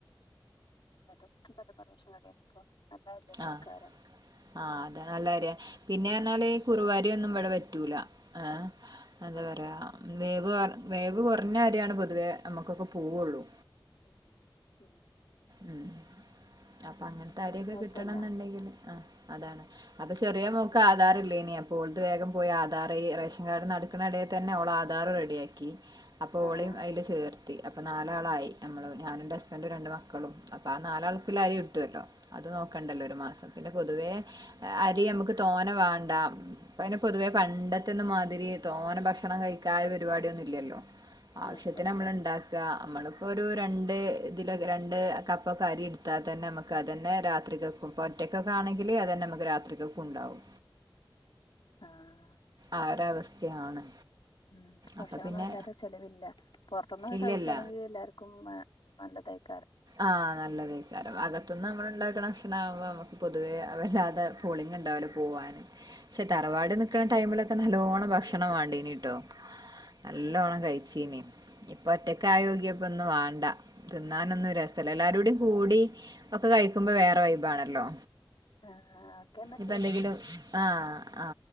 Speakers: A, on the left; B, on the right.
A: <unintelligible>
B: ആഹ്
A: കാരം
B: ആഹ് അതെ നല്ലാ കാര്യ പിന്നെ പറഞ്ഞാല് കുറുവാരിയൊന്നും ഇവിടെ പറ്റൂല ആഹ അന്ത
A: ആഹ്
B: പറയാ വേവ് വേവ് കുറഞ്ഞ അരിയാണ് പൊതുവേ നമ്മുക്കൊക്കെ പോവുള്ളൂ
A: ഉ ആഹ
B: ഉം അപ്പൊ അങ്ങനത്തെ അര്യൊക്കെ
A: പിന്നെ കൊഴപ്പല്ല
B: കിട്ടണംന്നുണ്ടെങ്കില് ആ
A: <inaudible>
B: അതാണ് അപ്പൊ ചെറിയ മോക്ക് ആധാർ ഇല്ല ഇനി അപ്പോ ഓളത് വേഗം പോയി ആധാർ റേഷൻ കാർഡ് നടക്കണ ഇടയിൽ തന്നെ അവള് ആധാറ അപ്പൊ
A: ആഹ്
B: ഓളീം അതിൽ ചേർത്തി അപ്പൊ നാലാളായി ഞമ്മ ഞാനന്റെ ഹസ്ബന്റും ഇന്റ രണ്ട് മക്കളും അപ്പൊ ആ നാലാൾക്കല്ലാരി കിട്ടുവല്ലോ അത് നോക്കണ്ടല്ലോ ഒരു മാസം പിന്നെ പൊതുവേ അരി നമുക്ക് തോന വേണ്ട പിന്നെ പൊതുവേ പണ്ടത്തന്ന് മാതിരി തോന ഭക്ഷണം കഴിക്ക ചായ പരിപാടി ഒന്നും ല്ലോ
A: ആഹ്
B: ആവശ്യത്തിന്
A: അതെ അതെ
B: നമ്മൾ ഉണ്ടാക്ക നമ്മളിപ്പോ ഒരു രണ്ട് ഇതില ണ്ട് കപ്പൊക്കെ അരി എടുത്താൽ തന്നെ നമുക്ക് അതന്നേ രാത്രിക്കും ഒറ്റയ്ക്കൊക്കെ ആണെങ്കിൽ അതനെ നമുക്ക് രാത്രിക്കക്കും ഉണ്ടാവും
A: ആഹ
B: ആ ഒരവസ്ഥയാണ്
A: ഉം ഭക്ഷണൊന്നും
B: അപ്പൊ പിന്നെ
A: അല്ലാത്തെ ചെലവില്ല പൊറത്തന്നൊക്കെ
B: ഇല്ലല്ല
A: കഴിക്കയാണെങ്കിൽ എല്ലാർക്കും നല്ലതായി
B: ആഹ നല്ലതാക്കാരം മത്തന്ന് നമ്മൾ ഉണ്ടാക്കണ ഭക്ഷണ ആകുമ്പോ നമുക്ക് പൊതുവേ വല്ലാതെ പോളിംഗ ഉണ്ടാവലോ പോവവാന് പക്ഷെ തറവാട് നിക്കണ ടൈമിലൊക്കെ നല്ലോണം ഭക്ഷണം വേണ്ടീനിട്ടോ നല്ലോണം
A: ആഹ്
B: കഴിച്ചീനീ ഇപ്പൊ ഒറ്റക്ക ആയോഗ്യപ്പൊ ഒന്നും വേണ്ട തിന്ന എല്ലാരോടെടയും കൂടി ഒക്കെ കഴിക്കുമ്പോ വേറെ വൈബാണല്ലോ
A: ആഹ് ഓക്കെ എന്നാ
B: ഇപ്പ
A: ശരി
B: എന്തെങ്കിലും ആഹ ആ